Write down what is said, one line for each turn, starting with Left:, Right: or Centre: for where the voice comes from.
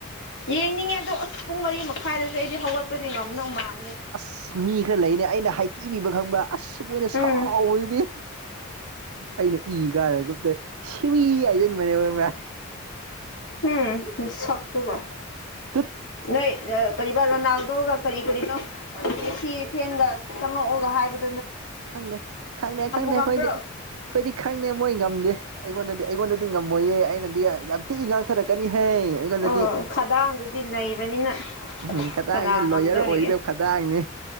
Left: ꯌꯦꯡꯅꯤꯡꯉꯦ ꯑꯗꯣ ꯑꯁ ꯄꯨꯡ ꯃꯔꯤ ꯃꯈꯥꯏꯗꯁꯨꯦ ꯑꯩꯗꯤ ꯍꯧꯒꯠꯄꯗꯤ ꯉꯝꯅꯧ ꯃꯥꯜꯂꯦ
Right: ꯑꯁ ꯃꯤ ꯈꯔ ꯂꯩꯅꯦ ꯑꯩꯅ ꯍꯥꯏꯊꯤꯕꯤꯕ ꯈꯪꯕ ꯑꯁ ꯃꯣꯏꯅ
Left: ꯎꯝ
Right: ꯁꯥꯎꯕꯗꯤ ꯑꯩꯅ ꯏ ꯀꯥꯟꯗ ꯒ꯭ꯔꯨꯞꯇ ꯁꯤꯏ ꯍꯥꯏꯁꯤꯟꯕꯅꯦꯕ ꯈꯪꯕ꯭ꯔꯥ
Left: ꯎꯝ ꯁꯛ ꯇꯨꯒꯣ
Right: ꯇꯨꯠ
Left: ꯅꯣꯏ ꯀꯔꯤꯕꯥ ꯔꯣꯅꯥꯜꯗꯣꯒ ꯀꯔꯤ ꯀꯔꯤꯅꯣ ꯁꯤ ꯐꯦꯟꯒ ꯆꯪꯉꯛꯑꯣꯒ ꯍꯥꯏꯕꯗꯨ
Right: ꯈꯪꯗꯦ ꯈꯪꯗꯦ ꯈꯪꯗꯦ
Left: ꯉꯝꯕ꯭ꯔꯣ
Right: ꯑꯩꯈꯣꯏꯗꯤ ꯑꯩꯈꯣꯏꯗꯤ ꯈꯪꯗꯦ ꯃꯣꯏ ꯉꯝꯗꯦ ꯑꯩꯉꯣꯟꯗꯗꯤ ꯑꯩꯉꯣꯟꯗꯗꯤ ꯉꯝꯃꯣꯏꯌꯦ ꯑꯩꯅꯗꯤ ꯌꯥꯝ ꯇꯤꯛꯏ ꯉꯥꯡꯊꯔꯛꯀꯅꯤꯍ ꯑꯩꯉꯣꯟꯗꯗꯤ
Left: ꯑꯥ ꯈꯗꯥꯡꯗꯨꯗꯤ ꯅꯩꯕꯅꯤꯅ
Right: ꯎꯝ ꯈꯈꯤꯇꯥꯡꯅꯦ
Left: ꯀꯅꯥ ꯉꯝꯗꯧꯔꯤꯒꯦ
Right: ꯂꯣꯌꯔ ꯑꯣꯏꯒꯗꯕ ꯈꯇꯥꯡꯅꯦ